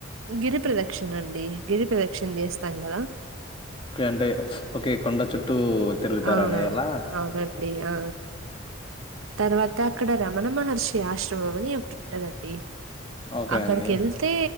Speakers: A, on the right; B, on the left.
A: గిరి ప్రదక్షణ అండి గిరి ప్రదక్షణ చేస్తాం కదా
B: అంటే ఓకే కొండ చుట్టు తిరుగుతారా
A: అవునవును
B: అండి ఎలా
A: అవునండి ఆ తర్వాత అక్కడ రమణ మహర్షి ఆశ్రమం అని ఒకటి ఉంటదండీ
B: ఓకే
A: అక్కడికి
B: అండి
A: వెళ్తే